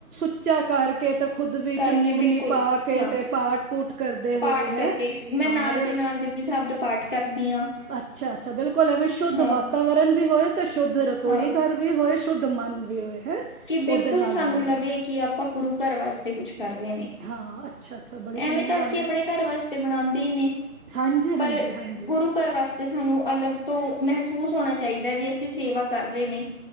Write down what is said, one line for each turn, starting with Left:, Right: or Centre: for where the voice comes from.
Right: ਉੱਚਾ ਕਰਕੇ- ਖੁਦ ਵੀ
Left: ਕਰਕੇ
Right: ਚੁੰਨੀ, ਮੁੰਨੀ
Left: ਬਿਲਕੁਲ
Right: ਪਾ ਕੇ
Left: ਹਾਂ
Right: ਤੇ, ਪਾਠ, ਪੂਠ ਕਰਦੇ
Left: ਪਾਠ
Right: ਹੋਏ ਹੈ
Left: ਕਰਕੇ, ਮੈਂ
Right: ਹਾਂ
Left: ਨਾਲ
Right: ਰ
Left: ਦੀ ਨਾਲ ਜਪੁਜੀ ਸਾਹਿਬ ਦਾ ਪਾਠ ਕਰਦੀ ਆ,
Right: ਅੱਛਾ ਅੱਛਾ ਬਿਲਕੁਲ ਐਵੇਂ ਸ਼ੁੱਧ
Left: ਹਾਂ।
Right: ਵਾਤਾਵਰਨ ਵੀ ਹੋਏ ਤੇ, ਸ਼ੁੱਧ ਰਸੋਈ
Left: ਹਾਂ
Right: ਘਰ ਵੀ ਹੋਏ ਸ਼ੁੱਧ ਮਨ ਵੀ ਹੋਏ। ਹੈ
Left: ਕਿ, ਬਿਲਕੁਲ
Right: ਉਹਦੇ ਨਾਲ
Left: ਸਾਨੂੰ
Right: ਬਣਾਉਣੀ
Left: ਲੱਗੇ ਕਿ, ਆਪਾਂ ਗੁਰੂ ਘਰ ਵਾਸਤੇ ਕੁਛ ਕਰ ਰਹੇ ਨੇ,
Right: ਹਾਂ ਹਾਂ ਅੱਛਾ ਅੱਛਾ ਬੜੀ
Left: ਐਵੇਂ
Right: ਚੰਗੀ
Left: ਤਾਂ
Right: ਗੱਲ
Left: ਅਸੀਂ
Right: ਹੈ
Left: ਆਪਣੇ ਘਰ ਵਾਸਤੇ ਬਣਾਉਂਦੇ ਹੀ ਨੇ,
Right: ਹਾਂਜੀ
Left: ਪਰ
Right: ਹਾਂਜੀ ਹਾਂਜੀ
Left: ਗੁਰੂ ਘਰ ਵਾਸਤੇ ਸਾਨੂੰ ਅਲੱਗ ਤੋ ਮਹਿਸੂਸ ਹੋਣਾ ਚਾਹੀਦਾ ਵੀ, ਅਸੀਂ ਸਿ ਸੇਵਾ ਕਰ ਰਹੇ ਨੇ।